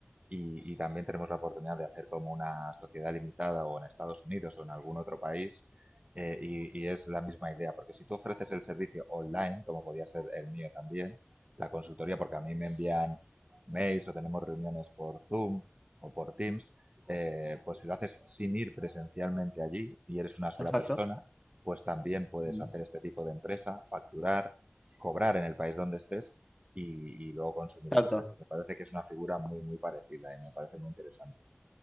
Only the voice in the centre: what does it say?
Exacto.
Mm.
Exacto.